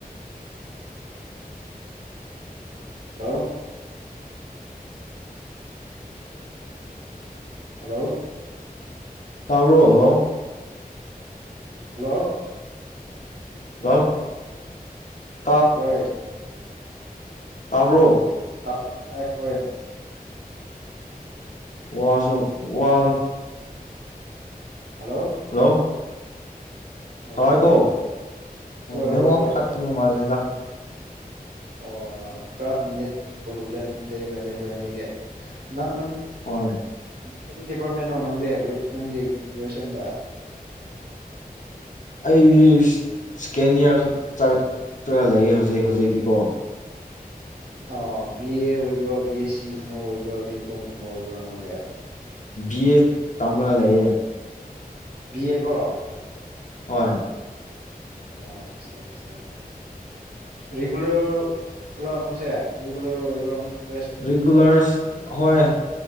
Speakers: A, on the right; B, on the left.
A: ꯍꯜꯂꯣ ꯍꯜꯂꯣ
B: ꯇꯥꯕ꯭ꯔꯣ ꯍꯜꯂꯣ
A: ꯍꯜꯂꯣ
B: <unintelligible>
A: ꯍꯣꯏ
B: ꯇꯥꯕ꯭ꯔꯣ
A: ꯇꯥꯏ ꯇꯥꯏ ꯍ ꯎꯝ
B: ꯋꯥꯁꯨ ꯋꯥ
A: ꯍꯜꯂꯣ
B: ꯍꯜꯂꯣ
A: ꯑꯣ
B: ꯇꯥꯏꯀꯣ
A: ꯍꯣꯏ
B: ꯅꯦꯠꯋꯥꯛ
A: ꯍꯣꯏ ꯍꯣꯏ
B: ꯐꯠꯇꯕ ꯃꯥꯜꯂꯦꯗ
A: ꯑꯣ ꯈꯔ ꯅꯦꯠ ꯄ꯭ꯔꯣꯕ꯭ꯂꯦꯝ ꯂꯩꯃ ꯂꯩ ꯍꯣꯏ ꯑꯅꯤꯒꯤ ꯅꯪ
B: ꯍꯣꯏ
A: ꯎ ꯀ ꯗꯤꯄꯥꯔꯠꯃꯦꯟꯅꯣ ꯅꯪꯗ ꯅꯪꯒꯤ ꯒ꯭ꯔꯦꯖꯨꯋꯦꯁꯟꯗ
B: ꯑꯩꯗꯤ ꯁꯦꯀꯦꯟ ꯏꯌꯥꯔ ꯈꯛ ꯆꯥꯒꯂꯒ ꯂꯩꯌꯦ ꯍꯧꯖꯤꯛ ꯍꯧꯖꯤꯛꯇꯤꯀꯣ
A: ꯑ ꯕꯤ ꯑꯦ ꯑꯣꯏꯕ꯭ꯔꯣ ꯕꯤ ꯑꯦꯁ ꯁꯤꯒꯨꯝꯕ ꯑꯣꯏꯕ꯭ꯔꯣ ꯕꯤ ꯀꯣꯝꯒꯨꯝꯕ ꯑꯣꯏꯕ꯭ꯔꯣ ꯅꯪꯗꯦ
B: ꯤ ꯑꯦ ꯇꯝꯂꯒ ꯂꯩꯌꯦꯦ
A: ꯕꯤꯌꯦꯒꯣ
B: ꯍꯣꯏ
A: ꯑꯣ ꯑꯠꯆꯥ ꯑꯠꯆꯥ ꯔꯤꯒꯨꯂꯔ ꯔꯥꯎ ꯅꯪꯁꯦ ꯔꯤꯒꯨꯂꯔ ꯑꯣꯏꯋꯕ꯭ꯔꯥ
B: ꯔꯤꯒꯨꯂꯔ ꯍꯣꯏ